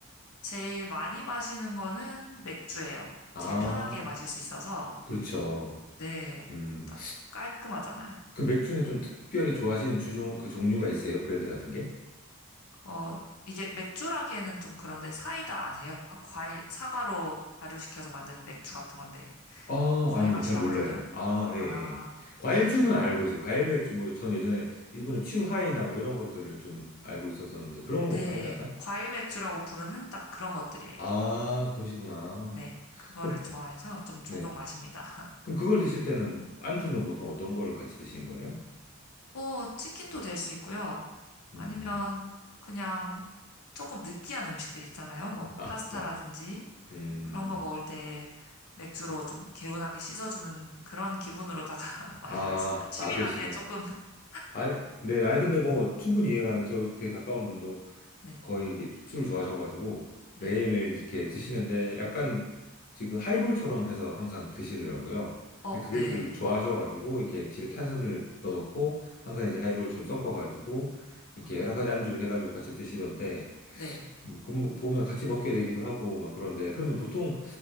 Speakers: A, on the left; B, on the left.
A: 제일 많이 마시는 거는 맥주예요.
B: 아,
A: 제일 편하게 마실 수 있어서,
B: 그렇죠.
A: 네,
B: 음,
A: 딱 깔끔하잖아요.
B: 그 맥주는 좀 특별히 좋아하시는 주종, 그 종류가 있어요? 브랜드 같은 게?
A: 어, 이게 맥주라기에는 좀 그런데 사이다 아세요? 과일, 사과로 발효시켜서 만든 맥주 같은 건데,
B: 아,
A: 과일
B: 아니요.
A: 맛이
B: 잘
A: 나거든요.
B: 몰라요. 아, 예, 예.
A: 아,
B: 과일주는
A: 그래서 전,
B: 알고 있어요. 과일 맥주, 뭐, 저는 예전에 일본의 츄하이나 뭐 이런 것들을 좀 알고 있었었는데, 그런 건가요?
A: 네,
B: 약간?
A: 과일 맥주라고 부르는 딱 그런 것들이에요.
B: 아, 그러시구나.
A: 네, 그거를
B: 그럼,
A: 좋아해서 좀 종종
B: 네.
A: 마십니다.
B: 그럼 그걸 드실 때는, 안주는 보통 어떤 거를 같이 드신 거예요?
A: 뭐, 치킨도 될 수 있고요.
B: 음,
A: 아니면 그냥 조금 느끼한 음식들 있잖아요. 뭐,
B: 아,
A: 파스타라든지
B: 맞. 음,
A: 그런 거 먹을 때 맥주로 좀 개운하게 씻어주는 그런 기분으로다가 <laughs> 마시고
B: 아,
A: 있습니다. 취미라기엔
B: 아, 그러시구나.
A: 조금, <laughs>
B: 아니, 네, 아니, 근데 뭐, 충분히 이해가 가는데, 저 되게 가까운 분도
A: 네,
B: 거의 이게 술 좋아하셔가지고
A: 네.
B: 매일매일 이렇게 드시는데 약간 지금 하이볼처럼 해서 항상 드시더라고요.
A: 어,
B: 근데 그게
A: 네.
B: 들 좋아하셔가지고 이렇게 집에
A: 네.
B: 탄산을 넣어놓고 항상 이제 하이볼 좀 섞어가지고 이렇게
A: 아,
B: 여러 가지 안주 해가지고 같이 드시던데
A: 네.
B: 음, 그럼 뭐 보면 같이 먹게 되기도 하고 막 그런데 그러면 보통